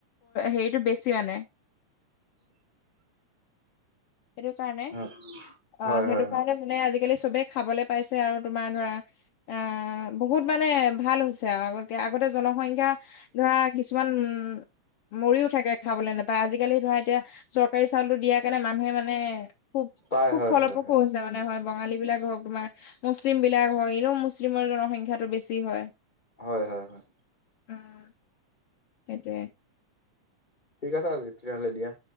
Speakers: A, on the left; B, on the left.
A: সেইটো বেছি মানে।
B: <unintelligible>
A: সেইটো কাৰণে
B: হয়
A: অ',
B: হয়
A: সেইটো
B: হয় হয়
A: কাৰণে মানে আজিকালি সবে খাবলৈ পাইছে আৰু তোমাৰ ধৰা অ', বহুত মানে ভাল হৈছে আৰু আগতকৈ জনসংখ্যা <unintelligible> ধৰা কিছুমান মৰি ও থাকে খাবলৈ নাপায় আজিকালি ধৰা এতিয়া চৰকাৰী চাউলটো দিয়া কাৰণে মানুহ মানে মানে খুব
B: পাই
A: খুব
B: হয়
A: ফালপ্ৰসূ
B: হয় হয়
A: হৈছে মানে হয়, বঙালীবিলাক হওক তোমাৰ মুছলিমবিলাক হয়, এনেও মুছলিমৰ সংখ্যাটো বেছি হয়।
B: হয়, হয়, হয়।
A: উম, সেইটোৱে।
B: ঠিক আছে আজি তেতিয়াহলে। দিয়া